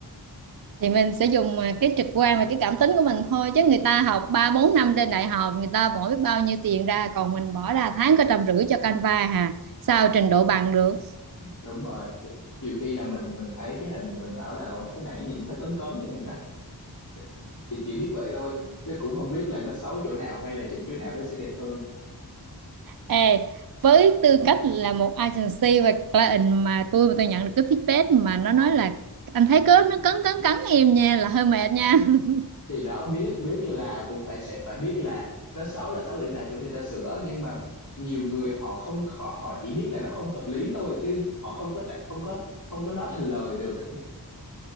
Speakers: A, on the right; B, on the left.
A: thì mình sẽ dùng à, cái trực quan và cái cảm tính của mình thôi chứ người ta học ba bốn năm trên đại học người ta bỏ biết bao nhiêu tiền ra còn mình bỏ ra tháng có trăm rưỡi cho Canva hà sao trình độ bằng được
B: đúng rồi nhiều khi là mình mình thấy cái hình này mình bảo là "Ủa, cái này nó nhìn nó hơi cấn cấn em nhỉ <laughs> thì chỉ biết vậy thôi chứ cũng không biết là nó xấu chỗ nào hay là chỉnh chỗ nào nó sẽ đẹp hơn
A: Ê, với tư cách là một agency và client mà tôi mà tôi nhận được cái feedback mà nó nói là anh thấy cái nó cấn cấn cấn em nha là hơi mệt nha <laughs>
B: thì đó biết biết là cũng phải sẽ phải biết là nó xấu là xấu để nào chỗ người ta sửa nhưng mà nhiều người họ không họ, họ chỉ biết là nó không hợp lý thôi chứ họ không có trả không có không có nói thành lời được